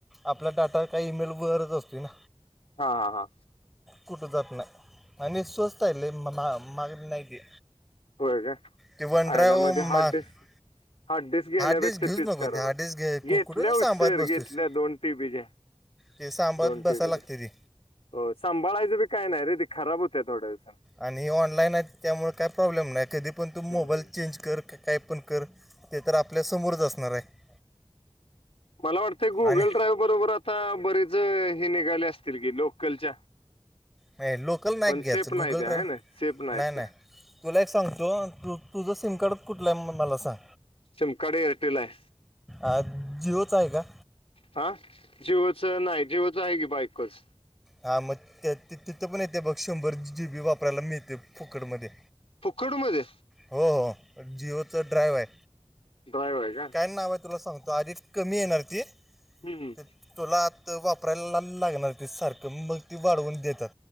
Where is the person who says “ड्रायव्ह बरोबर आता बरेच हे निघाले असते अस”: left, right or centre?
Left